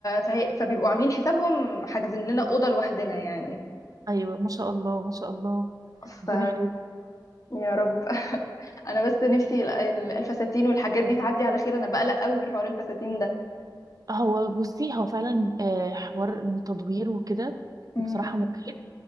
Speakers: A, on the left (about 45°); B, on the right (about 50°).
A: فهي... فبيبقوا عاملين حسابهم حاجزين لنا أوضة لوحدنا يعني
B: ايوه ما شاء الله ما شاء الله
A: ف
B: ربنا يخليك
A: يا رب <laughs> انا بس نفسي ال- ال- الفساتين والحاجات دي تعدي على خير انا بقلق قوي من حوار الفساتين ده
B: هو بصي هو فعلا آه، حوار إن تدوير وكده
A: امم
B: بصراحة مجهد